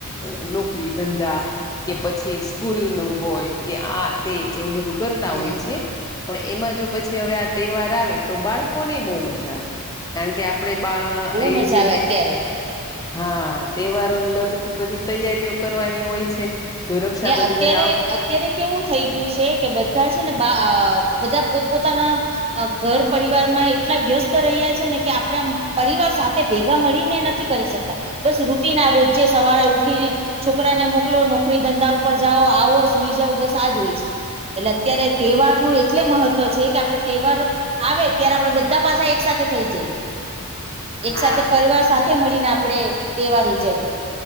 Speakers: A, on the left; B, on the right.
A: અ નોકરી ધંધા કે પછી સ્કૂલ નું હોય કે આ તે એવું બધું કરતા
B: હમ
A: હોય છે. પણ એમાં જો પછી હવે આ તહેવાર આવે તો બાળકોને બહુ મજા આવે. કારણ કે આપણે બા
B: બહુ
A: એ
B: મજા
A: જ રીતે
B: આવે અત્યારે
A: હા તહેવારોને લગતી બધી તૈયારીઓ કરવાની હોય છે સુ રક્ષાબંધન
B: ને અત્યારે
A: આવ
B: અત્યારે કેવું થઈ ગયું છે કે બધા છે ને બધા પોત પોતાના ઘર પરિવાર માં એટલા વ્યસ્ત રહ્યા છે ને કે આપડા પરિવાર સાથે ભેગા મળીને નથી કરી શકતા બસ રુટિ ના રોજે સવારે ઉઠીને છોકરાને મોકલો નો ફરી ધંધા ઉપર જાઓ આવો સુઈ જાઓ બસ આજ હોય છે એટલે અત્યારે તહેવાર નું એટલે મહત્વ છે કે આપડે તહેવાર આવે ત્યારે આપડે બધા પાછા એક સાથે થઈ જઈએ
A: <inaudible>
B: એક
A: હા
B: સાથે પરિવાર સાથે મળીને આપડે તહેવાર ઉજવીએ